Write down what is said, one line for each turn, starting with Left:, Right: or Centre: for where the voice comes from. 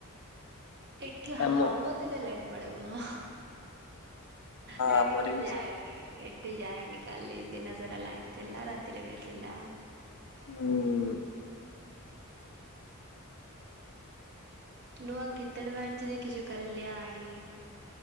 Right: ଏଠି ହାୱା
Left: ଆମ ହଁ
Right: ଦେଲେ ଲାଇନ୍ ପଳେଇବ ହଁ। ନା
Left: ଆମର
Right: ଏଠି କିନ୍ତୁ
Left: ବି
Right: ଯାଏନି।
Left: ସେମିତି
Right: ଏଠି ଯାଇନି କାଲି ଦିନ ସାରା ଲାଇନ ଥିଲା ରାତିରେ ବି ଥିଲା।
Left: ହୁଁ।
Right: ନୂଆ ଗୀତ ଟା ବାହାରିଛି ଦେଖିଛୁ। କଲ୍ୟାଣୀ।